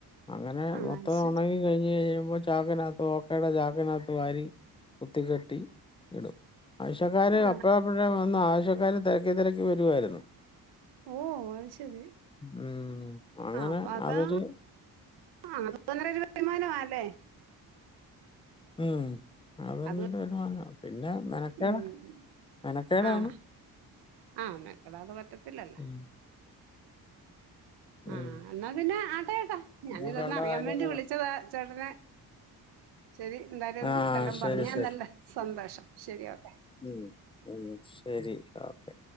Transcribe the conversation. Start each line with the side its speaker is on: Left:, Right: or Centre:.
Left: അങ്ങനെ
Right: ആഹ്
Left: മൊത്തം
Right: ശരി
Left: ഉണങ്ങി കഴിഞ് കഴഞ്ഞം ചാക്കിനകത്ത് ഓക്കയുടെ ചാക്കിനകത്ത് വാരി കുത്തി കെട്ടി ഇടും ആഴ്ശക്കാാര്
Right: ആഹ്
Left: അപ്പോഴ അപ്പഴേ വന്ന് ആശക്കാര് തിരക്കി തിരക്കി വരുായിരുന്നു
Right: ഓഹ് അത് ശെരി
Left: ഉം. അങ്ങനെ
Right: ആഹ് അപ്പ അതാ
Left: അതൊരു
Right: <unintelligible> മാനമാല്ലേ
Left: ഉം <unintelligible>
Right: അത്
Left: മാന പിന്നെ മെനക്കേട
Right: ഉം
Left: മെനക്കേടാണ്
Right: ആഹ് ആഹ് മെക്കടാതെ പറ്റത്തില്ലല്ലാ
Left: ഉം. ഉം.
Right: ആഹ് എന്നാ പിന്നെ ആട്ടേ ഏട്ടാ ഞാനിതൊന്ന്
Left: അങ്ങനെയൊക്കെയുള്ള
Right: അറിയാൻ
Left: കാര്യങ്ങളുണ്ട്
Right: വേണ്ടി വിളിച്ചതാ ചേട്ടനെ ശെരി എന്തായാലും
Left: ആ
Right: ഇതെല്ലാം
Left: ശരി
Right: പറഞ്ഞ്തന്നല്ല
Left: ശരി
Right: സന്തോഷം ശെരി ഓക്കെ
Left: ഉം. ഉം ശെരി ഓക്കെ